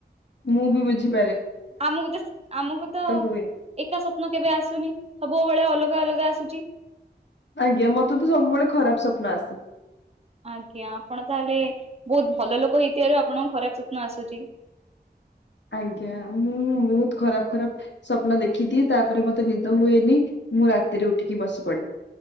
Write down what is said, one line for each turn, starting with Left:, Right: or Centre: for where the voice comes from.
Left: ମୁଁ ବି ବୁଝି
Right: ଆମକୁ ତ ଆମକୁ ତ
Left: ହୁଏ।
Right: ଏକା ସ୍ୱପ୍ନ କେବେ ଆସୁନି ସବୁବେଳେ ଅଲଗା ଅଲଗା ଆସୁଚି।
Left: ଆଜ୍ଞା ମତେ ତ ସବୁବେଳେ ଖରାପ ସ୍ୱପ୍ନ ଆସି
Right: ଆଜ୍ଞା ଆପଣ ତାହେଲେ ବହୁତ ଭଲ ଲୋକ ହେଇଥିବାରୁ ଆପଣଙ୍କ ଖରାପ ସ୍ୱପ୍ନ ଆସୁଚି।
Left: ଆଜ୍ଞା ମୁଁ ବହୁତ ଖରାପ ଖରାପ ସ୍ୱପ୍ନ ଦେଖିଦିଏ ତାପରେ ମତେ ନିଦ ହୁଏନି ମୁଁ ରାତିରେ ଉଠିକି ବସି ପଡେ।